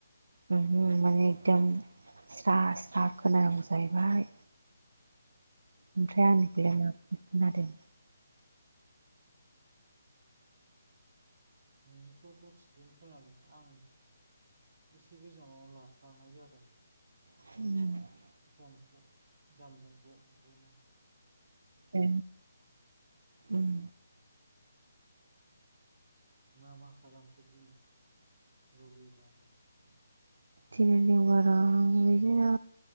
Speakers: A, on the right; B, on the right.
A: उमहो माने एकदम स्रा स्रा खोनानांगौ जाहैबाय। ओमफ्राय आंनिखौलाय
B: ए
A: माबादि खोनादों?
B: नोंनिखौथ' थिगैनो खोनादों आं एसे गोजानाव लाफ्लांनाय जादों।
A: <unintelligible>
B: फनखौ जामबुंखौ ओखायनो
A: ए ओम।
B: मा मा खालामखो दिनै रबिबाराव?
A: दिनै देवबाराव बिदिनो